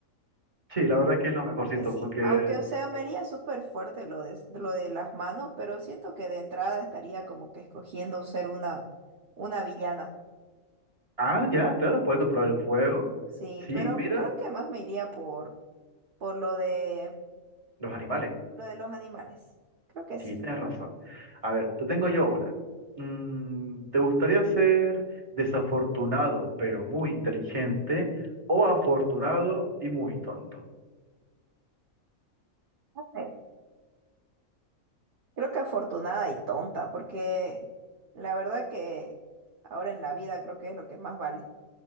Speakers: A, on the right; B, on the right.
A: Sí, la verdad que es lo mejorcito,
B: Creo que sí,
A: porque...
B: aunque o sea, me haría súper fuerte lo de, lo de las manos, pero siento que de entrada estaría como que escogiendo ser una, una villana.
A: Ah, ya, claro, puede controlar el fuego.
B: Sí,
A: Sí,
B: pero
A: mira,
B: creo que más me iría por, por lo de,
A: los animales.
B: lo de los animales. Creo que sí.
A: Sí, tienes razón. A ver, te tengo yo una. Mm, ¿te gustaría ser desafortunado pero muy inteligente o afortunado y muy tonto?
B: Ok. Creo que afortunada y tonta, porque la verdad que ahora en la vida creo que es lo que más vale,